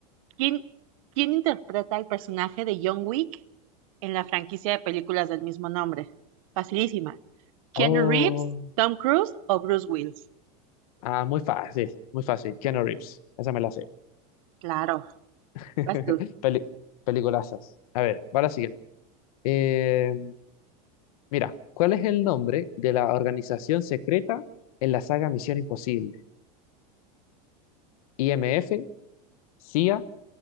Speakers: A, on the right; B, on the left.
A: ¿Quién, quién interpreta el personaje de John Wick en la franquicia de películas del mismo nombre? Facilísima. ¿Keanu
B: Oh,
A: Reeves, Tom Cruise o Bruce Willis?
B: ah, muy fácil, muy fácil. Keanu Reeves. Esa me la sé.
A: Claro.
B: <laughs>
A: Vas tú.
B: Peli- peliculazas. A ver, va la siguiente. Eh, mira, ¿cuál es el nombre de la organización secreta en la saga Misión Imposible? IMF, CIA,